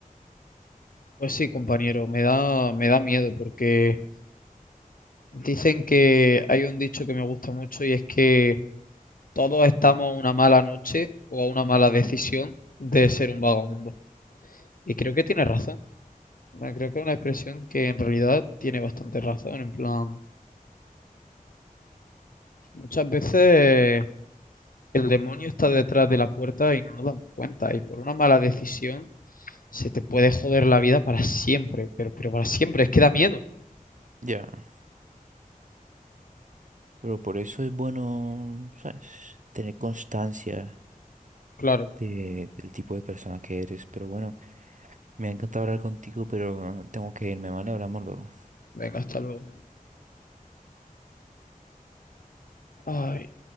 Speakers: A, on the left; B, on the right.
A: Pues sí, compañero, me da, me da miedo porque dicen que hay un dicho que me gusta mucho y es que todos estamos a una mala noche o a una mala decisión de ser un vagabundo. Y creo que tiene razón. Ah, Creo que es una expresión que en realidad tiene bastante razón, en plan. Muchas veces el demonio está detrás de la puerta y no nos damos cuenta. Y por una mala decisión se te puede joder la vida para siempre, pero, pero para siempre, es que da miedo.
B: Ya. Pero por eso es bueno, ¿sabes? Tener constancia
A: Claro,
B: de- del tipo de persona que eres. Pero bueno. Me ha encantado hablar contigo, pero ah, tengo que irme, ¿vale? Hablamos luego.
A: venga, hasta luego. Ay.